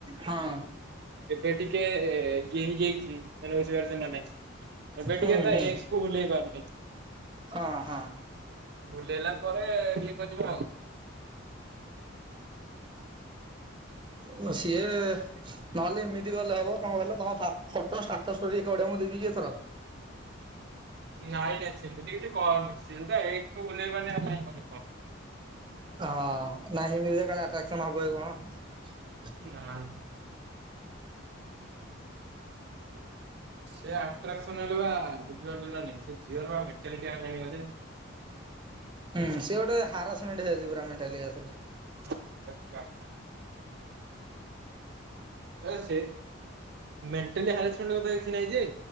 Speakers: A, on the right (about 25°); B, on the right (about 55°).
A: ହଁ
B: ଏବେ ଟିକେ ଇଏ ହେଇଯାଇଛି ମାନେ ବୁଝି ପାରୁଛୁ ନାଇଁ ଏବେ
A: ହୁଁ
B: ଟିକେ ତ,
A: ହୁଁ
B: ଏ ସ୍କୁଲ ହେଇ ପାରୁନି।
A: ହଁ ହଁ
B: ବୁଲେଇଲା ପରେ, ଇଏ କରିିବ ଆଉ
A: ବ, ସେ ନହେଲେ କେମିତି ଗଲେ ହବ କଣ <unintelligible> ତମ ଫା ଫଟ ଷ୍ଟାଟଷ <unintelligible> ମୁଁ ଦେଇ ଦୋଉଚି ଏଥର।
B: ନାଇଁ ନାଇଁ ସେମିତି କିଛି କରନି ସ ବୁଲେଇବି ଆଉ କଣ
A: ହଁ ନାହିଁ ମିଳିବ କାଳେ ଆକ୍ଟ୍ରାସନ ହବ କି କଣ?
B: ନାଚ୍ ସେ ଆଟ୍ରାକ୍ସନ ହେଲେ ବା ବୁଝିପାରୁଛ ନା ନାଇଁ ସେ ଝିଅର ବାଟ ଜାଣିବ।
A: ହୁଁ ସେ ଗୋଟେ ହାରାସମେଣ୍ଟ ହେଇଯାଉଚି ପୁରା ମେଣ୍ଟାଲିଆ ଘରେ
B: <unintelligible> ଏ ସେ ମେଣ୍ଟାଲି ହାରାସମେଣ୍ଟ କଥା କିଛି ନାହିଁ ଯେ।